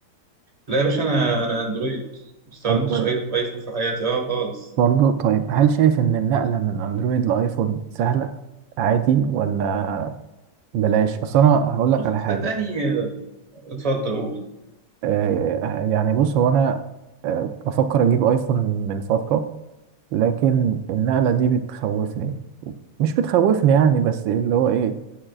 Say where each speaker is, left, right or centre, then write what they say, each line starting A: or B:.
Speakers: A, on the right (about 20°); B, on the right (about 85°).
A: لا يا باشا انا انا اندرويد ما استخدمتش
B: أندرويد
A: اي ايفون في حياتي اه خالص
B: برضه طيب هل شايف إن النقلة من أندرويد لأيفون سهلة عادي ولا بلاش؟ أصل أنا هقول
A: بص
B: لك على
A: صدقني
B: حاجة
A: آه، اتفضل قول
B: آه، آه، يعني بص هو أنا آه، بفكر أجيب أيفون من فترة لكن النقلة دي بتخوفني مش بتخوفني يعني بس اللي هو إيه